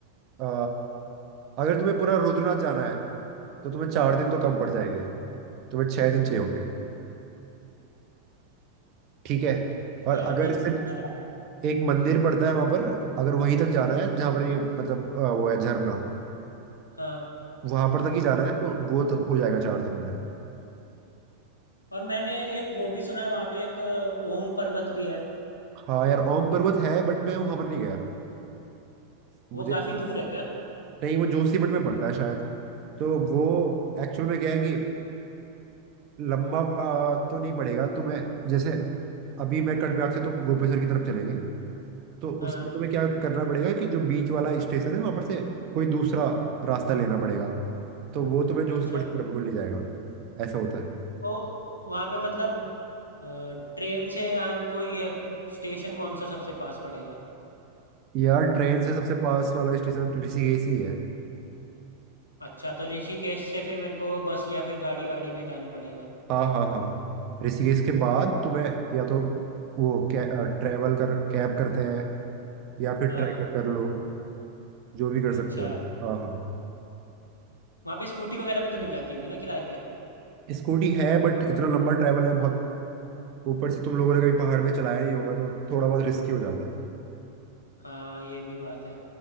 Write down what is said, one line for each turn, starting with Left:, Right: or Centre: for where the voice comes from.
Right: अ, अगर तुम्हें पूरा रुद्रनाथ जाना है तो तुम्हें चार दिन तो कम पड़ जाएंगे तुम्हें छह दिन चाहिए होंगे ठीक है और
Left: छह
Right: अगर
Left: दिन
Right: सिर्फ
Left: अच्छा
Right: एक मंदिर पड़ता है वहां पर अगर वहीं तक जाना है जहां पर ये मतलब अ, वो है झरना
Left: हाँ
Right: वहां पर तक ही जाना है तो वो तो हो जाएगा चार दिन में
Left: और मैंने एक वो भी सुना है वहाँ पे एक अ, ओम पर्वत भी है
Right: हाँ यार ओम पर्वत है बट मैं वहां पर नहीं गया मुझे
Left: वो काफी दूर है क्या
Right: नहीं वो जोशीमठ में पड़ता है शायद तो वो एक्चुअल में क्या है कि लंबा आ, तो नहीं पड़ेगा तो मैं जैसे अभी मैं कटबिहार से तो गोपेश्वर की तरफ चलेंगे तो
Left: हाँ
Right: उसमें तुम्हें क्या करना पड़ेगा कि जो बीच वाला स्टेशन है वहां पर से कोई दूसरा रास्ता लेना पड़ेगा तो वो तुम्हें जोशीमठ
Left: अच्छा
Right: की तरफ को ले जाएगा ऐसा होता है
Left: तो वहाँ पे मतलब अ, ट्रेन से आन कोई है स्टेशन कौन सा सबसे पास पड़ेगा
Right: यार ट्रेन से सबसे पास वाला स्टेशन ऋषिकेश ही है
Left: अच्छा तो ऋषिकेश से फिर मेरे को बस या फिर गाड़ी वाड़ी में जाना पड़ेगा
Right: हाँ हाँ हाँ ऋषिकेश के बाद तुम्हें या तो वो कै, ट्रैवल कर कैब करते हैं या फिर
Left: हाँ
Right: ट्रैकर कर लो जो भी कर
Left: अच्छा
Right: सकते हो हाँ हाँ
Left: वहाँ पे स्कूटी वगैरह भी तो मिल जाती होगी ना किराए पे
Right: स्कूटी है बट इतना लंबा ट्रैवल है बहुत ऊपर से तुम लोगों ने कभी पहाड़ पे चलाया नहीं होगा तो थोड़ा बहुत रिस्की हो जाता है
Left: हाँ ये भी बात है